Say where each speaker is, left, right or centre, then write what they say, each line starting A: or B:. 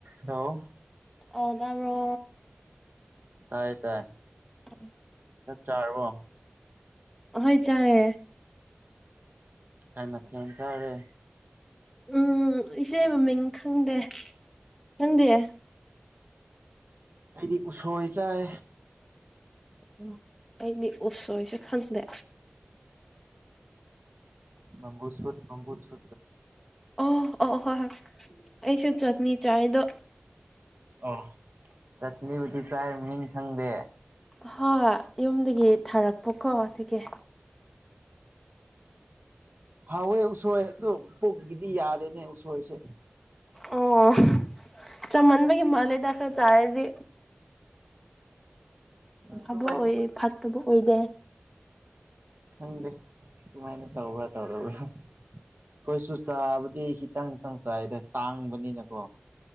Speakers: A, on the right; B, in the centre.
A: hello
B: ꯑ ꯇꯥꯕ꯭ꯔꯣ
A: ꯇꯥꯏꯌꯦ ꯇꯥꯏꯌꯦ
B: ꯑ
A: ꯆꯥꯛ ꯆꯥꯔꯕꯣ
B: ꯍꯣꯏ ꯆꯥꯇꯦ
A: ꯀꯩ ꯝꯊꯦꯜ ꯆꯔꯦ
B: ꯎꯝ ꯏꯆꯦ ꯃꯃꯤꯡ ꯈꯪꯗꯦ ꯅꯪꯗꯤ
A: ꯑꯩꯗꯤ ꯎꯁꯣꯏ ꯆꯥꯏ
B: ꯎ ꯑꯩꯗꯤ ꯎꯁꯣꯏꯁꯨ ꯈꯪꯗꯦ
A: ꯃꯝꯝꯕꯨꯁꯝꯝꯕꯨꯁ
B: ꯑꯣ ꯑꯣ ꯍ ꯑꯩꯁꯨ ꯆꯠꯅꯤ ꯆꯥꯏ ꯑꯗꯣ
A: ꯑꯣ ꯆꯠꯅꯤꯕꯨꯗꯤ ꯆꯥꯏ ꯃꯥꯃꯤꯡ ꯈꯪꯗꯦ
B: ꯍꯣꯏ ꯌꯨꯝꯗꯒꯤ ꯊꯥꯔꯛꯄꯀꯣ ꯑꯗꯨꯒꯤ
A: ꯍꯥꯎ ꯏ ꯎꯁꯣꯏ ꯑꯗꯨ ꯄꯨꯛꯀꯤꯗꯤ ꯌꯥꯗꯦ ꯏ ꯎꯁꯣꯏꯁꯦ
B: ꯑꯣ ꯆꯃꯟꯕꯒꯤ ꯃꯥꯜꯂꯦꯗ ꯈꯔ ꯆꯥꯔꯗꯤ
A: ꯑꯗꯨꯃꯥꯏꯅ
B: ꯐꯥꯕ ꯑꯣꯏ ꯐꯥꯠꯇꯕ ꯑꯣꯏꯗꯦ
A: ꯈꯪꯗꯦ ꯁꯨꯃꯥꯏꯅ ꯇꯧꯕ꯭ꯔꯥ ꯇꯧꯗꯕ꯭ꯔꯥ ꯑꯩꯈꯣꯏꯁꯨ ꯆꯥꯕꯗꯤ ꯈꯤꯇꯪ ꯈꯤꯇꯪ ꯆꯥꯏꯗ ꯇꯥꯡꯕꯅꯤꯅꯀꯣ